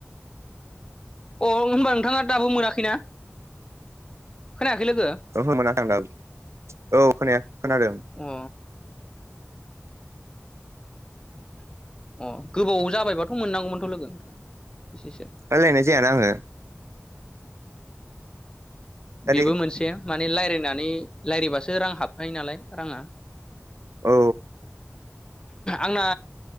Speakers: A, on the left; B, on the right.
A: अ होनबा नोंथाङा दाबो मोनाखैना? खोनायाखै लोगो
B: ओहो मोनाखै आं दाबो औ खोनाया खोनादों।
A: अ। अ गोबाव जाबायबाथ' मोननांगौमोनथ' लोगो एसेसो।
B: रायलायनाय जायाना आङो। दादि
A: बेबो मोनसे माने लायरायनानै रालायबासो रां हाबखायो नालाय राङा।
B: औ।
A: आंना